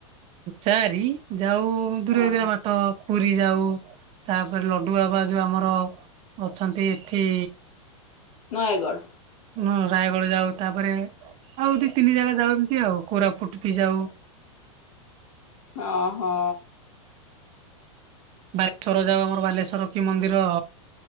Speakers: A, on the right; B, on the left.
A: ଚାରି ଯାଉ ଦୂରେ
B: ହଁ
A: ଦୂରେ ବାଟ ପୁରୀ ଯାଉ ତାପରେ ଲଡୁ ବାବା ଯୋଉ ଆମର ଅଛନ୍ତି ଏଠି
B: ନୟାଗଡ଼।
A: ହଁ ରାୟଗଡା ଯାଉ ତାପରେ ଆଉ ଦି ତିନି ଜାଗା ଯାଉ ଏମିତି ଆଉ କୋରାପୁଟ୍ ବି ଯାଉ।
B: ଓହୋ।
A: ବାଲେଶ୍ଵର ଯାଉ ଆମର ବାଲେଶ୍ଵର। ମନ୍ଦିର